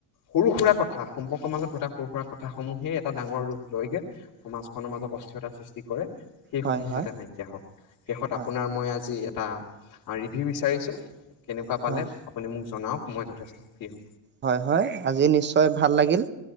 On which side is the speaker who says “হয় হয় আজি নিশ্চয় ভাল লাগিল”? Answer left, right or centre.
Right